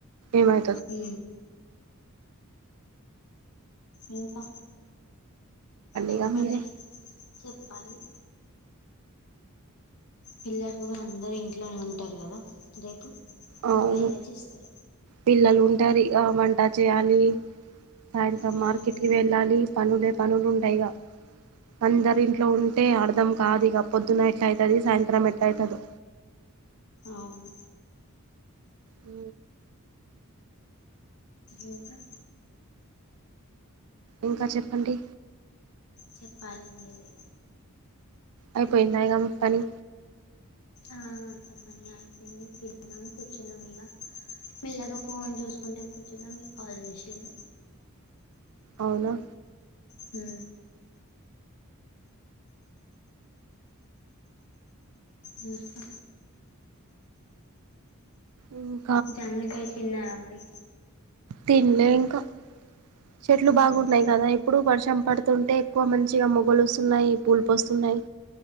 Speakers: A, on the right; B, on the left.
A: ఏమై.
B: ఊ. ఇంత. చెప్పండి
A: ఇక మీరే
B: చెప్పాలి. పిల్లడు కూడా అందరు ఇంట్లోనే ఉంటారు కదా రేపు
A: అవును
B: గై గై చేస్తరు.
A: పిల్లలు ఉంటారు ఇక వంట చేయాలి సాయంత్రం
B: మ్మ్.
A: మార్కెట్కి వెళ్. డాలి పనులే పనులు ఉంటయిగా అందరు ఇంట్లో ఉన్. ట్టే ఆడదాం కాదు ఇక పొద్దున ఎట్ట అయితది సాయంత్రం ఎట్ట అయితదో.
B: అవును.
A: ఉ.
B: ఇంకా.
A: ఇంకా చెప్పండి.
B: చెప్పాలి మీరే.
A: అయిపోయింద ఇక మీ పని.
B: ఆ అంత పని అయిపోయింది తిన్నాం కూర్చున్నాం ఇగ. మిల్లాగా ఫోన్ చూసుకుంటే కూర్చున్నా మీరూ కాల్ చేసిళ్ళు.
A: అవునా.
B: హ. ఇంకా.
A: ఉమ్.
B: జామడకాయ్ చిన్న రమడి.
A: తింల్లే ఇంకా చెట్లు
B: అవునా
A: బాగున్నాయి గదా ఇప్. ఇప్పుడు వర్షం పడుతుంటే ఎక్కువ మంచిగా మొగ్గ లోస్తున్నాయి పూలుపూస్తున్నాయి.